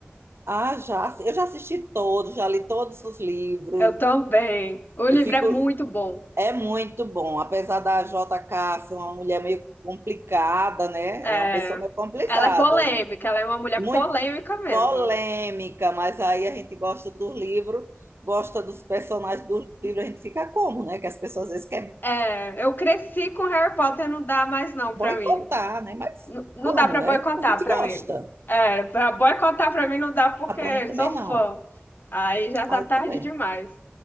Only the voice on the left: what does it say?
Eu também. O livro
é muito bom.
É,
Ela é polêmica,
ela é uma mulher
polêmica mesmo.
É, eu cresci com Harry Potter, não dá mais não
pra mim.
N- não
dá pra
boicotar
pra
mim. É, pra boicotar pra mim não dá porque
sou fã.
Aí já tá
tarde
demais.